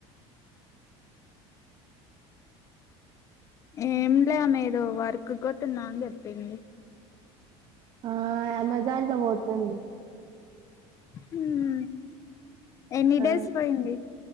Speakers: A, on the left; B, on the right.
A: ఏం లే ఆమేదో వర్క్ కోతున్నా అని చెప్పింది
B: ఆ అమెజాన్ లో పోతుంది
A: మ్మ్ ఎన్ని
B: ఆ
A: డేస్ పోయింది